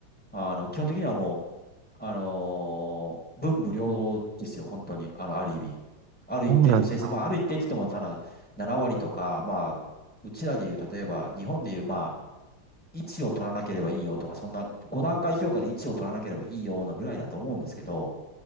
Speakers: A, in the centre; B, on the right (about 70°).
A: あの、基本的にはもう、あのー文武両道ですよ、本当に。あの、ある意味。ある一定の成績、
B: そうなんだ。
A: まあある一定って言っても、ただ7割とか、まあ、うちらでいう、例えば、日本でいう、まあ、位置を取らなければいいよとか、そんな5段階評価で位置を取らなければいいようなぐらいだと思うんですけど、